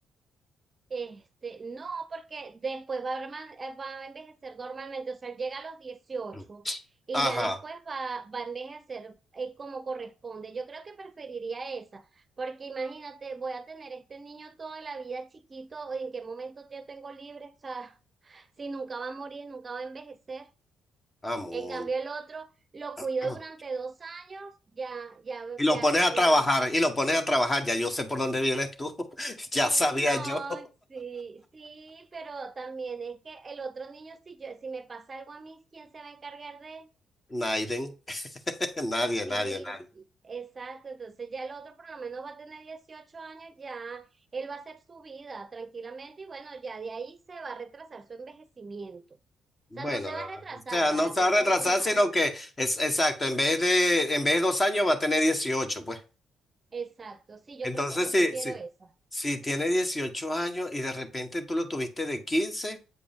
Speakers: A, on the right; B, on the left.
A: Este, no, porque después va a, arma- eh, va a envejecer normalmente, o sea, él llega a los dieciocho
B: Mm.
A: y
B: Ajá,
A: ya después va, va a envejecer eh, como corresponde. Yo creo que preferiría esa, porque imagínate, voy a tener este niño toda la vida chiquito, ¿en qué momento yo tengo libre? O sea, <laughs> si nunca va a morir, nunca va a envejecer.
B: amor.
A: En cambio, el otro lo
B: <clears throat>
A: cuido durante dos años, ya, ya,
B: Y lo
A: ya,
B: pones
A: ya
B: a trabajar, y lo pones a trabajar. Ya yo sé por dónde vienes tú. <laughs> Ya
A: Sí,
B: sabía
A: no,
B: yo.
A: sí, sí, pero también es que el otro niño, si yo, si me pasa algo a mí, ¿quién se va a encargar de?
B: <laughs> Naiden. <laughs> Nadie,
A: Sí,
B: nadie, nadie.
A: exacto. Entonces ya el otro por lo menos va a tener 18 años, ya él va a hacer su vida tranquilamente y bueno, ya de ahí se va a retrasar su envejecimiento. O
B: Bueno,
A: sea, no se va
B: o
A: a retrasar,
B: sea, no
A: va,
B: se
A: va
B: va
A: a
B: a
A: estar
B: retrasar,
A: normal.
B: sino que es exacto, en vez de, en vez de dos años va a tener 18, pues.
A: Exacto. Sí, yo
B: Entonces,
A: creo que yo
B: si,
A: prefiero
B: si,
A: eso.
B: si tiene 18 años y de repente tú lo tuviste de 15